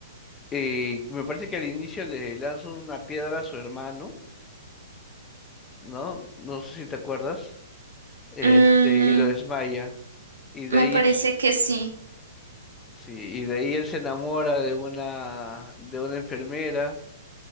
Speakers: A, on the left; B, on the right.
A: eh, me parece que al inicio le lanza una piedra a su hermano, ¿no? No sé si te acuerdas, este,
B: Mm,
A: y lo desmaya. Y de
B: me
A: ahí,
B: parece
A: su-
B: que sí.
A: sí, y de ahí él se enamora de una, de una enfermera